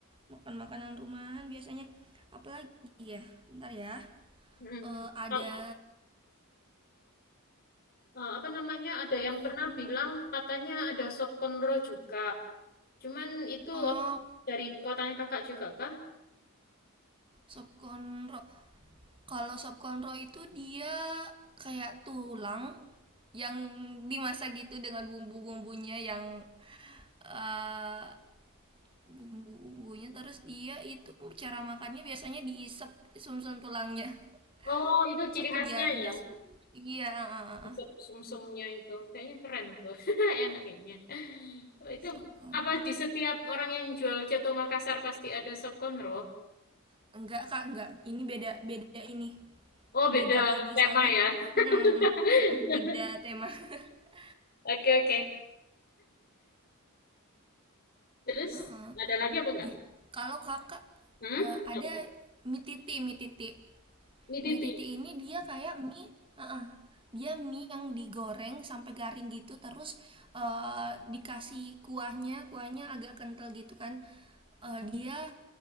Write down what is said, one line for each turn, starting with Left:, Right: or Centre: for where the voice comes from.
Right: makan makanan rumahan biasanya apalagi ya. Bentar ya.
Left: Mm-mm.
Right: Eh, ada
Left: Oh, eh, apa namanya? Ada yang
Right: em,
Left: pernah bilang katanya ada sop konro juga. Cuman itu
Right: oh
Left: eh, dari kotanya kakak juga kah?
Right: sop konro. Kalau sop konro itu dia kayak tulang yang dimasak gitu dengan bumbu-bumbunya yang eh, bumbu-bumbunya terus dia itu cara makannya biasanya diisep sumsum tulangnya.
Left: Oh,
Right: <laughs>
Left: itu ciri
Right: Aku
Left: khasnya
Right: ya enggak
Left: ya.
Right: iya ah, ah, ah,
Left: Dessert
Right: ah.
Left: sum-sumnya itu kayaknya keren tuh. <laughs> Enak kayaknya. Oh, Itu
Right: sop konro.
Left: apa di setiap orang yang jual coto Makassar pasti ada sokonro?
Right: Enggak Kak, enggak. Ini beda beda ini.
Left: Oh,
Right: Beda
Left: beda
Right: lagi
Left: tema
Right: soalnya.
Left: ya.
Right: Mm, mm,
Left: <laughs>
Right: mm, mm, beda tema. <laughs>
Left: Oke, oke. Terus
Right: Heeh.
Left: ada lagi apa enggak?
Right: Ih, kalau kakak
Left: Hmm?
Right: eh, ada
Left: Apa?
Right: mie titi, mie titi.
Left: Ini titik.
Right: Mie titi ini dia kayak mie, heeh, dia mie yang digoreng sampai garing gitu, terus eh, dikasih kuahnya, kuahnya agak kental gitu kan. Eh, dia